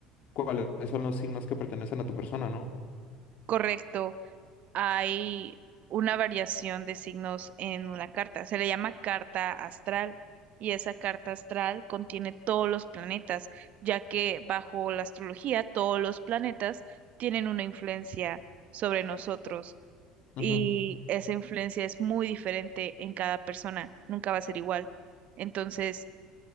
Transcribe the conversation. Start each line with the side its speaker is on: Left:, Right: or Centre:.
Left: cuáles son los signos que pertenecen a tu persona, ¿no?
Right: Correcto. hay una variación de signos en una carta. Se le llama carta astral y esa carta astral contiene todos los planetas, ya que bajo la astrología todos los planetas tienen una influencia sobre nosotros
Left: Ujú,
Right: y esa influencia es muy diferente en cada persona, nunca va a ser igual. Entonces,